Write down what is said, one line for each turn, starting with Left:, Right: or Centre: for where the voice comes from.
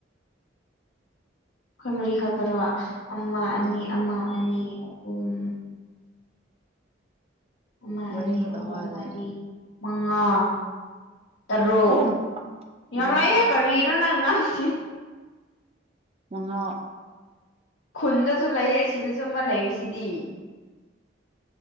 Left: ꯑꯩꯈꯣꯏ ꯃꯔꯤꯈꯛꯇꯔꯣ ꯑꯃ ꯑꯅꯤ
Right: ꯎꯝ
Left: ꯑꯃ ꯑꯅꯤ ꯑꯍꯨꯝ ꯑꯃ
Right: ꯃꯔꯤ
Left: ꯑꯅꯤ
Right: ꯈꯛꯇ
Left: ꯑꯍꯨꯝ
Right: ꯉꯥꯏꯔꯦ
Left: ꯃꯔꯤ ꯃꯉꯥ ꯇꯔꯨꯛ
Right: ꯑꯣ ꯃꯉꯥ
Left: ꯌꯥꯝ ꯂꯩꯍꯦ ꯀꯔꯤꯅꯣ ꯅꯪ ꯉꯥꯡꯉꯤꯁꯦ
Right: ꯃꯉꯥ
Left: ꯈꯨꯟꯗꯁꯨ ꯂꯩꯌꯦ ꯁꯤꯗꯁꯨ ꯑꯃ ꯂꯩꯔꯤꯁꯤꯗꯤ